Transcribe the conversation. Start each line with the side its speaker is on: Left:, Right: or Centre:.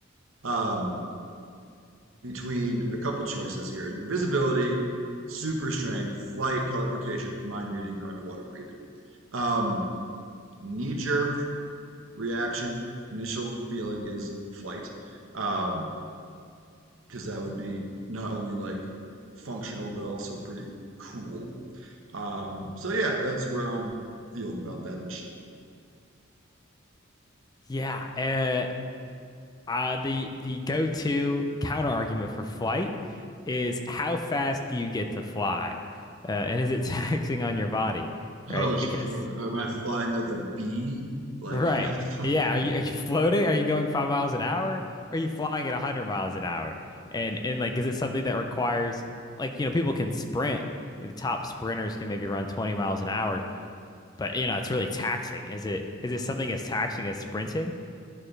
Right: um, between a couple choices here: invisibility, super strength, flight, teleportation, mind reading, or underwater breathing. Um, knee-jerk reaction, initial feeling is flight, um, because that would be not only like functional but also pretty cool. Um, so yeah, that's where I'm feeling about that initially.
Left: Yeah, uh, uh the the go-to counter argument for flight is how fast do you get to fly? Uh, and is it <laughs> taxing on your body,
Right: Oh,
Left: right?
Right: sure.
Left: Because
Right: Am I flying like a bee? Like,
Left: right.
Right: <laughs> am I flying?
Left: Yeah, are you are you floating? Are you going 5 miles an hour? Are you flying at 100 miles an hour? And and like is it something that requires like you know people can sprint. The top sprinters can maybe run 20 miles an hour, but you know, it's really taxing. Is it is it something as taxing as sprinting?